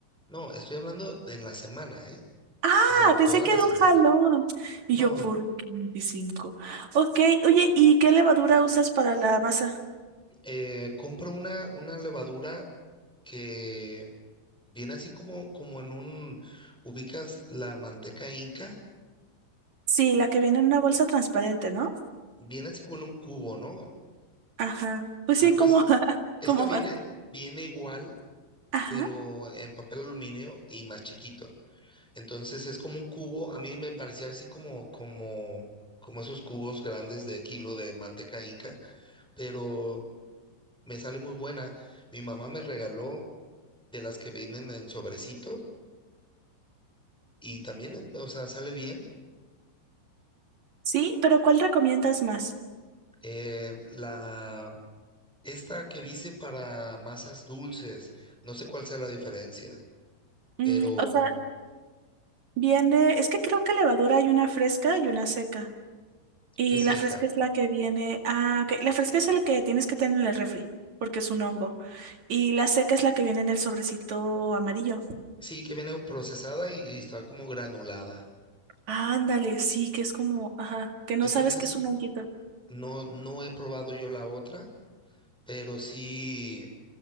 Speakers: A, in the centre; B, on the right (about 50°).
A: No, estoy hablando de en la semana, ¿eh?
B: Ah,
A: O sea, en toda
B: pensé que
A: la
B: de
A: semana.
B: un jalón. Y
A: No,
B: yo, ¿por qué 25? Ok, oye, ¿y qué levadura usas para la masa?
A: eh, compro una, una levadura que viene así como, como en un, ubicas la manteca inca,
B: Sí, la que viene en una bolsa transparente, ¿no?
A: viene así como en un cubo, ¿no?
B: Ajá. Pues
A: Ah,
B: sí,
A: pues
B: como, <laughs>
A: esta
B: como
A: viene,
B: más.
A: viene igual,
B: Ajá.
A: pero en papel aluminio y más chiquito. Entonces es como un cubo, a mí me parecía así como, como, como esos cubos grandes de kilo de manteca inca, pero me sale muy buena. Mi mamá me regaló de las que vienen en sobrecito y también, en- o sea, sale bien.
B: Sí, pero ¿cuál recomiendas más?
A: Eh, la, esta que dice para masas dulces, no sé cuál sea la diferencia,
B: Mm,
A: pero
B: o sea, viene, es que creo que levadura hay una fresca y una seca. Y
A: es seca.
B: la fresca es la que viene. Ah, ok. La fresca es la que tienes que tener en el refri, porque es un hongo. Y la seca es la que viene en el sobrecito amarillo.
A: Sí, que viene procesada y, y está como granulada.
B: Ándale, sí, que es como, ajá, que no
A: Entonces,
B: sabes que es un honguito.
A: no, no he probado yo la otra pero sí,